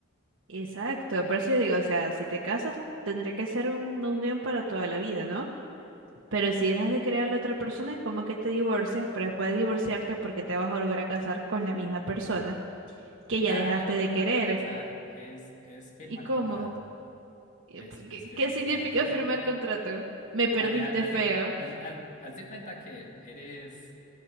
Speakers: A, on the right; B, on the left.
A: Exacto, por eso yo digo, o sea, si te casas, tendría que ser una unión para toda la vida, ¿no? Pero si dejas de querer a la otra persona, es como que te divorcias, pero después de divorciarte, porque te vas a volver a casar con la misma persona que ya
B: Dale,
A: dejaste
B: no es
A: de
B: volverte
A: querer.
B: a casar, es, es firmar
A: ¿Y cómo?
B: contrato.
A: ¿Y
B: Es,
A: p- ¿Qué,
B: es firmar
A: qué significa
B: contrato.
A: firmar contrato? Me perdiste
B: Dale, ha- haz
A: feo.
B: de, cuen- haz- haz- haz de cuenta que eres